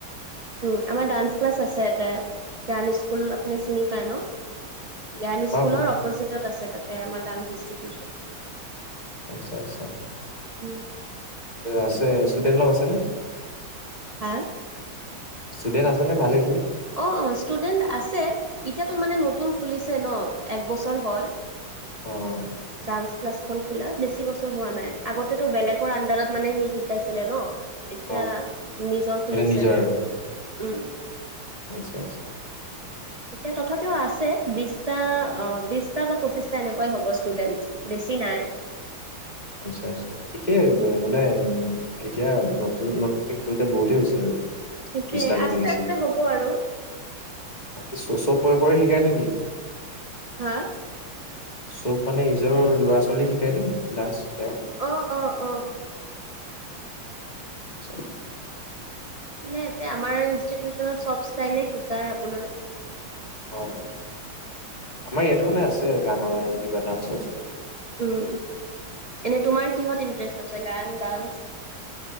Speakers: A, on the right; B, on the left.
A: উম আমাৰ ডান্স ক্লাছ আছে এতে, ডান স্কুল আপুনি চিনি পায় ন? জ্ঞান
B: পাওঁ
A: স্কুলৰ
B: পাওঁ
A: অপজিটত আছে তাতে আমাৰ ডান্স ইনষ্টিটিউচন।
B: আচ্ছা আচ্ছা,
A: উম,
B: আছে ষ্টুডেণ্ট অলপ আছেনে?
A: হা।
B: ষ্টুডেন্ট আছে নে ভালে খিনি?
A: অ' অ' ষ্টুডেণ্ট আছে, এতিয়াতো মানে নতুন খুলিছে ন, এক বছৰ হ'ল।
B: অ অ
A: ডান্স - ক্লাছ খন খোলা বেছি বছৰ হোৱা নাই, আগতেতো বেলেগৰ আডাৰত মানে সেই শিকাইছিলে ন। এতিয়া
B: অ
A: নিজৰ খুলিছে
B: এতিয়া নিজৰ
A: বুলি,
B: আৰু
A: উম।
B: আচ্ছা আচ্ছা।
A: এতিয়া তথাপিও আছে বিশটা অ বিশ- বা পঁচিছটা এনেকুৱাই হ'ব ষ্টুডেণ্ট বেছি নাই।
B: আচ্ছা আচ্চা। ঠিকেই মানে, উম এতিয়া নতুন নতুনকে খেলোতে বহুতেই হৈছে আৰু।
A: সেইটোয়ে
B: ইষ্ঠা যদি
A: আস্তে
B: হৈছে,
A: আস্তে হ'ব আৰু
B: বাকী চব বয়সৰে শিকায় নে কি?
A: হা?
B: চব মানে ইজৰ ল'ৰা ছোৱালী শিকায় নে, ডান্স তেওঁ?
A: অ'-অ'-অ'।
B: আচ্ছা <unintelligible>
A: মানে এতিয়া আমাৰ ইনষ্টিটিউচনত চব ষ্টাইলে শিকায় আপোনাৰ।
B: অ' <unintelligible> ইয়তো মানে আছে গানৰ আৰু কিবা ডান্স চাইন্স কৰি।
A: উম এনে তোমাৰ কিহত ইণ্টাৰেষ্ট আছে গান, ডান্স?